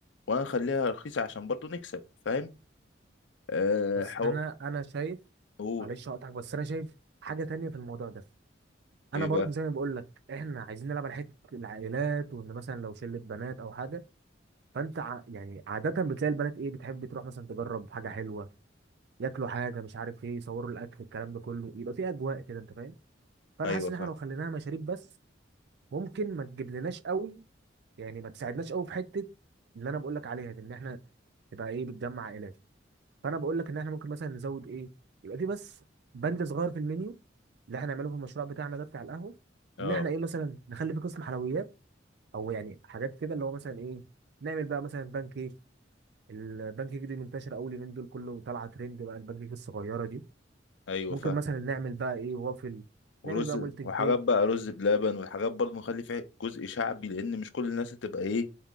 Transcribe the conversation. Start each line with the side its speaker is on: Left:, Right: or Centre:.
Left: ولا نخليها رخيصة عشان برضو نكسب فاهم أه
Right: بس
Left: حو...
Right: انا انا شايف
Left: قول
Right: معلش هقطعك بس انا شايف حاجه تانية في الموضوع ده انا
Left: ايه
Right: برضو
Left: بقى
Right: زي ما بقول لك احنا عايزين نلعب على حته العائلات وان مثلا لو شله بنات او حاجه فانت ع... يعني عاده بتلاقي البنات ايه بتحب تروح مثلا تجرب حاجه حلوه ياكلوا حاجه مش عارف ايه يصوروا الاكل الكلام ده كله يبقى في اجواء كده انت فاهم فانا
Left: ايوه
Right: حاسس ان
Left: فاهم
Right: احنا لو خليناها مشاريب بس ممكن ما تجيبلناش قوي يعني ما تساعدناش قوي في حته اللي انا بقول لك عليها دي ان احنا تبقى ايه بتجمع عائلات فانا بقول لك ان احنا ممكن مثلا نزود ايه يبقى في بس بند صغير في المنيو اللي احنا هنعمله في المشروع بتاعنا ده بتاع القهوه
Left: اه
Right: ان احنا ايه مثلا نخلي في قسم حلويات او يعني حاجات كده اللي هو مثلا ايه نعمل بقى مثلا بان كيك البان كيك دي منتشره اول يومين دول كله طالعه ترند بقى البان كيك الصغيره دي
Left: ايوه
Right: ممكن
Left: فاهم
Right: مثلا نعمل بقى ايه وافل
Left: ورز
Right: نعمل بقى مولتن
Left: وحاجات
Right: كيك
Left: بقى رز بلبن وحاجات برضه نخلي فيها جزء شعبي لان مش كل الناس هتبقى ايه